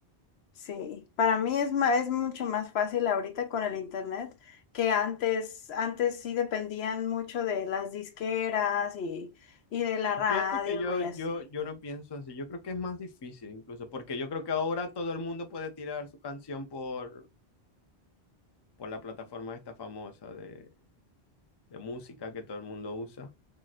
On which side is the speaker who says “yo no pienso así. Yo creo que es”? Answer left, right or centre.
Left